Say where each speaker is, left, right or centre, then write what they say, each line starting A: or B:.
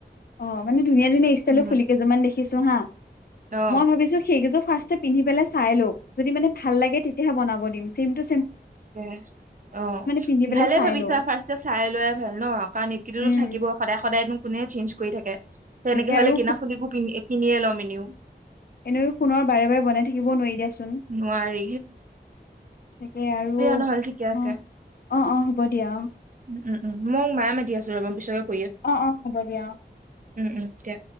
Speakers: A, on the left; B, on the right.
A: অ' মানে ধুনীয়া ধুনীয়া ষ্টাইল
B: উম
A: ফুলি কেইযুৰি মান দেখিছো হা
B: অ
A: মই ভাবিছো সেইকেইযোৰ ফাৰ্ষ পিন্ধি পেলাই চাই লও যদি মানে ভাল লাগে তেতিয়াহে বনাব দিম চিমটো
B: ত' অ'
A: পিন্ধি পেলাই
B: ভালে
A: চাই
B: ভাবিছা
A: লও
B: ফাৰ্ষ চাই লোৱ ভাল ন কাৰণ তো
A: উম
B: থাকিব সদায় সদায় কোনে চেঞ্জ কৰি থাকে তেনেে
A: তাকে
B: হলে
A: আৰু
B: কিনা খুল কো কিনে ল'ম ই <unintelligible>
A: এনে সোণৰ বাৰে বাৰে বনাই থাকিব নোৱাৰ দিয়াচোন।
B: নোৱাৰি
A: তাকেই আৰু
B: নহ'ল ঠিকে আছে
A: অ অ অ হ'ব দিয়া
B: উম, উম, উম মই মায়ে মাতি আছে ৰবা <unintelligible>
A: অ', অ' হ'ব দিয়া অ'।
B: উম, উম দিয়া।